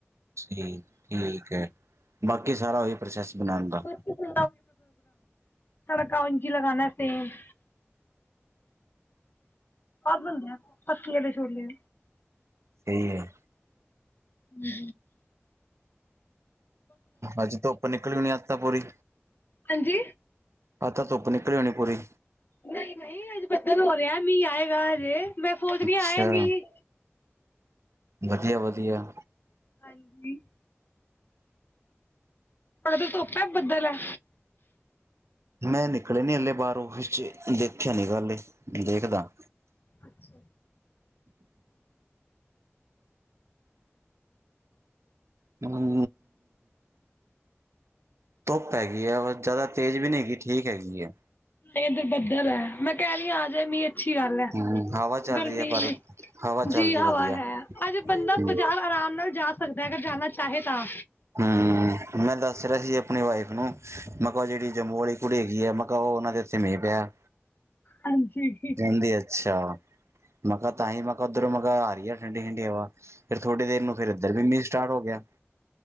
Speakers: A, on the right; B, on the left.
A: ਬਸ, ਠੀਕ ਹੈ, ਬਾਕੀ ਸਾਰਾ ਉਹੀ ਪ੍ਰੋਸੈਸ ਬਣਾਉਣ ਦਾ।
B: ਉ ਨਾਲਜੀ ਲਗਾਉਣਾ ਸੇਮ <inaudible> ਆਹ ਬਣਦੇ ਆ ਪੱਤੀ ਵਾਲੇ ਛੋਲੇ।
A: ਸਹੀ ਹੈ।
B: ਹ
A: ਅੱਜ ਧੁੱਪ ਨਿਕਲੀ ਹੋਣੀ ਅੱਜ ਤਾਂ ਪੂਰੀ।
B: ਹਾਂਜੀ?
A: ਅੱਜ ਤਾਂ ਧੁੱਪ ਨਿਕਲੀ ਹੋਣੀ ਪੂਰੀ?
B: ਨਹੀਂ ਨਹੀਂ ਹਜੇ ਬੱਦਲ ਹੋ ਰਿਹਾ ਮੀਂ ਆਏਗਾ ਹਜੇ ਮੈਂ ਸੋਚਦੀ
A: ਅੱਛਾ
B: ਆਏ ਮੀਂਹ।
A: ਵਧੀਆ ਵਧੀਆ।
B: ਹਾਂਜੀ। ਤੁਹਾਡੇ ਤਾਂ ਧੁੱਪ ਆਂ ਬੱਦਲ ਹੈ?
A: ਮੈਂ ਨਿਕਲਿਆ ਨੀ ਹਾਲੇ ਬਾਹਰ ਆਫਿਸ ਚ ਦੇਖਿਆ ਨਹੀਂ ਗਾ ਹਲੇ ਦੇਖਦਾ।
B: ਅੱਛਾ।
A: ਹਮ ਧੁੱਪ ਹੈਗੀ ਹੈ, ਜ਼ਿਆਦਾ ਤੇਜ਼ ਵੀ ਨਹੀਂ ਹੈਗੀ, ਠੀਕ ਹੈਗੀ ਹੈ।
B: ਇਧਰ ਬੱਦਲ ਹੈ ਮੈਂ ਕਹਿ ਲਈ ਆ ਜਏ ਮੀਂਹ ਇੱਥੇ। ਅੱਛੀ ਗੱਲ ਹੈ,
A: ਹਮ ਹਵਾ ਚੱਲ
B: ਗਰਮੀ
A: ਰਹੀ ਹੈ
B: ਇਨੀ
A: ਪਰ ਹਵਾ ਚੱਲਦੀ
B: ਜੀ ਹਵਾ
A: ਵਧੀਆ
B: ਹੈ ਅੱਜ। ਬੰਦਾ
A: ਹਮ
B: ਬਜ਼ਾਰ ਆਰਾਮ ਨਾਲ ਜਾ ਸਕਦਾ ਅਗਰ ਜਾਣਾ ਚਾਹੇ ਤਾਂ।
A: ਹਮ, ਮੈਂ ਦੱਸ ਰਿਹਾ ਸੀ ਆਪਣੀ ਵਾਈਫ ਨੂੰ ਮੈਂ ਕਿਹਾ ਜਿਹੜੀ ਜੰਮੂ ਵਾਲੀ। ਕੁੜੀ ਹੈਗੀ ਆ ਮੈਂ ਕਿਹਾ ਉਹਨਾ ਦੇ ਉੱਥੇ ਮੀਂਹ ਪਿਆ।
B: ਹਾਂਜੀ।
A: ਕਹਿੰਦੀ ਅੱਛਾ! ਮੈਂ ਕਿਹਾ ਤਾਂਹੀ, ਮੈ ਕਿਹਾ ਉਧਰੋਂ ਆ ਰਹੀ ਹੈ ਠੰਡੀ ਠੰਡੀ ਹਵਾ। ਫਿਰ ਥੋੜੀ ਦੇਰ ਨੂੰ ਫਿਰ ਇਧਰ ਵੀ ਮੀਂਹ ਸਟਾਰਟ ਹੋ ਗਿਆ।